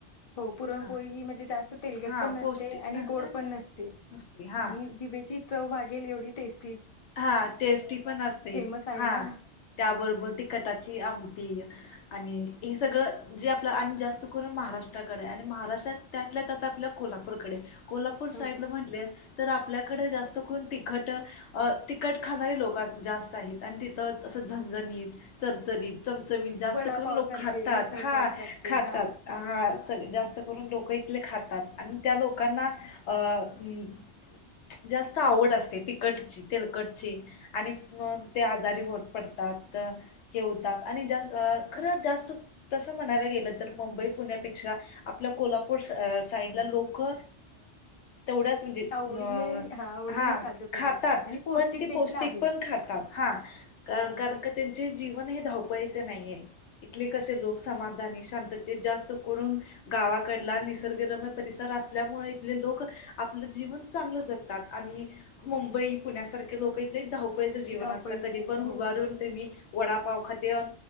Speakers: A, on the left (about 45°); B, on the left (about 75°).
A: हो पुरणपोळी
B: हा
A: ही म्हणजे, जास्त तेलगट
B: हा
A: पण नसते
B: पौष्टिक
A: आणि
B: असते
A: गोड
B: ना.
A: पण नसते
B: असते हा
A: आणि जिभेची च भाघेल एवढी टेस्
B: हा, टेस्टी पण असते.
A: फेमस आहे
B: हा,
A: ना.
B: त्याबरोबर तिखटाची आमटी आणि हे सगळं जे अन जास्त करून महाराष्ट्राकडे आणि महाराष्ट्रात त्यातल्या त्यात आपल्या कोल्हापूरकडे कोल्हापूर
A: हो
B: साईडला म्हटल तर आपल्याकड जास्त कोन तिखट तिखट खाणारे लोकं जास्त आहेत आणि तिथं तसं झणझणीत चरचरीत जास्त
A: वडापाव
B: करून लोक
A: सारखे,
B: खातात
A: मिसळपाव
B: हा
A: सारखे
B: खातात
A: हां.
B: हा. जास्त करून लोक इथले खातात आणि त्या लोकांना अ जास्त आवड असते तिकटची. तेलकटची आणि मग ते आजारी होत पडतात हे होतात आणि खरं जास्त तसं म्हणायला गेलं तर मुंबई पुण्यापेक्षा आपल्या कोल्हापूर साईडला लोक तेवढंच म्हणजे,
A: आवडीने
B: अ
A: आणि हां आवडीने
B: हा
A: खाद्यपदार्थ
B: खातात.
A: आणि
B: पण ते
A: देखील
B: पौष्टिक
A: आहे.
B: पण खातात. हा
A: हां
B: कारण त्यांचे जीवन हे पैसे नाहीया इथले कसे लोक समाधानी शांततेत जास्त कोरून गावाकडला निसर्गरम्य परिसर असल्यामुळे इथले लोक आपलं जीवन चांगलं जगतात आणि मुंबई पुण्यासारखे लोक इथ <unintelligible> जेवण
A: धावपळीचे
B: असत कधी पण
A: हो.
B: उभारून तुम्ही वडापाव खाद्य